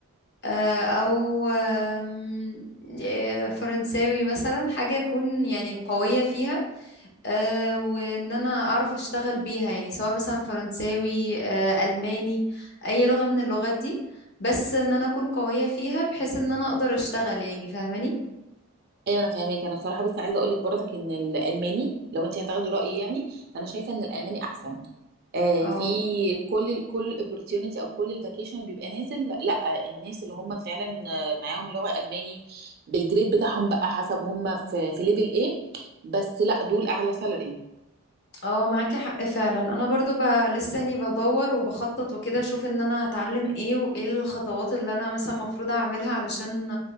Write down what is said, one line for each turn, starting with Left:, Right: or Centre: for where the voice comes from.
Left: آه، او آم، آه، فرنساوي مثلا حاجة اكون يعني قوية فيها آه، وان انا اعرف اشتغل بيها يعني سواء مثلا فرنساوي آه، الماني اي لغة من اللغات دي بس ان انا اكون قوية فيها بحيث ان انا اقدر اشتغل يعني فاهماني
Right: ايوه انا فاهماك انا بصراحه بس عايزه اقول لك برضك ان الالماني لو انت هتاخدي رايي يعني فانا شايفه ان الالماني احسن آه،
Left: اه
Right: في كل ال كل الاوبورتيونيتي او كل الفاكيشن اللي بيبقى نازل لا الناس اللي هم فعلا آه، معاهم لغه الماني بالجريد بتاعهم بقى حسب هم في في ليفل ايه بس لا دول اعلى سالري
Left: اه معاكي حق فعلا انا برضو ب... لساني بدور وبخطط وكده اشوف ان انا هتعلم ايه وايه الخطوات اللي انا مثلا المفروض اعملها علشان